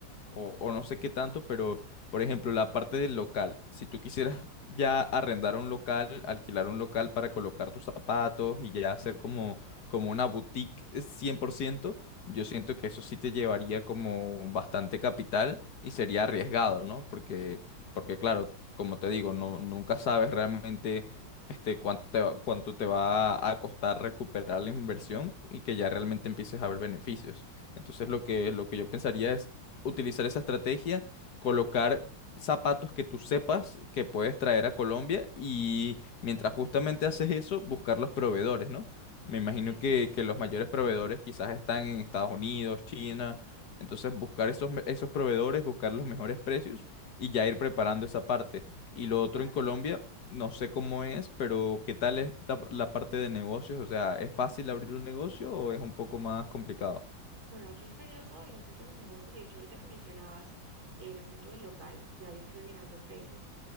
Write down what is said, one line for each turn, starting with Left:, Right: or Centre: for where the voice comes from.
Left: o, o no sé qué tanto, pero por ejemplo, la parte del local, si tú quisieras <laughs> ya arrendar un local, alquilar un local para colocar tus zapatos y ya hacer como, como una boutique eh, cien por ciento yo siento que eso sí te llevaría como bastante capital y sería arriesgado,
Right: Sí,
Left: ¿no? Porque, porque claro, como te digo, no, nunca sabes realmente este, cuánto te va, cuánto te va a costar recuperar la inversión y que ya realmente empieces a ver beneficios. Entonces lo
Right: claro.
Left: que, lo que yo pensaría es utilizar esa estrategia, colocar zapatos que tú sepas que puedes traer a Colombia y mientras justamente haces eso, buscar los proveedores, ¿no? Me imagino
Right: Sí, sí,
Left: que,
Right: sí,
Left: que los mayores proveedores quizás están en Estados Unidos, China, entonces buscar esos, me- esos proveedores, buscar los mejores precios y ya ir preparando esa parte. Y lo otro
Right: claro.
Left: en Colombia, no sé cómo es, pero ¿qué tal es la, la parte de negocios? O sea, ¿es fácil abrir un negocio o es un poco más complicado?
Right: Bueno, aquí es tedioso el asunto de los negocios. De hecho, ahorita que mencionabas el asunto del local, ya yo estuve mirando precios